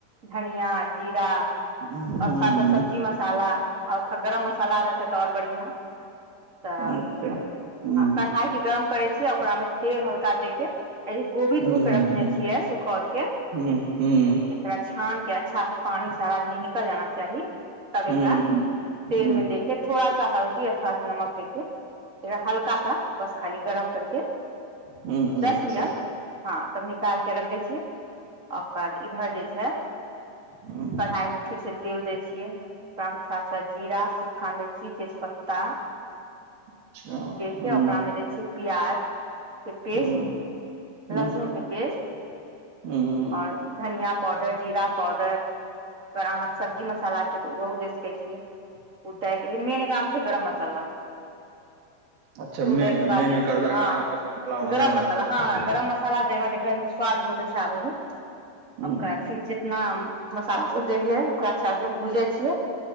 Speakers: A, on the right; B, on the right.
A: धनिया जीरा आओर
B: हूँ
A: थोड़ा सा सब्जी मसाला आा गरम मसाला रहत तो आओर बढ़िआँ तऽ
B: हूँ अच्छा हूँ
A: कढ़ाई के गरम करै छियै ओकरा मे तेल हल्का देके गोभी
B: हूँ
A: धोके
B: हूँ
A: रखने छियै सुखौद के
B: हूँ हूँ
A: एकरा छान के अच्छासे पानि सारा निकल जाना चाही तब एकरा
B: हूँ हूँ
A: तेल
B: हूँ
A: मे देके थोड़ा सा हल्दी आर थोड़ा सा नमक देखे हल्का सा बस खाली गरम करके
B: हूँ हूँ
A: दस
B: अच्छा
A: मिनट हँ तब निकालके रख दै छियै ओकर इधर जे छैय
B: हम्म,
A: कढ़ाइमे फिरसे तेल दै छियै ओकरामे थोड़ा सा जीरा सूखा मिर्ची तेजपत्ता
B: अच्छा हूँ
A: देके ओकरामे दै छियै प्याज के पेस्ट
B: हूँ हूँ
A: लहसुन के पेस्ट
B: हूँ
A: और धनिया पाउडर जीरा पाउडर पर अहाँके सब्जी मसाला छै तऽ ओहो दे सकै छियै उ दइ मेन काम छै गरम मसाला
B: अच्छा मेन
A: उदयके बाद
B: मेन
A: जे
B: एकर
A: छै
B: भए
A: हँ
B: गेलै अहाँके मसला मे
A: गरम मसाला हँ
B: भए गेलै
A: गरम मसाला सालब स्वाद बहुत अच्छा आबै ह
B: हूँ
A: ओकरा फेर जितना मसालाभ देलियै ओकरा अच्छासँ भूजै छियै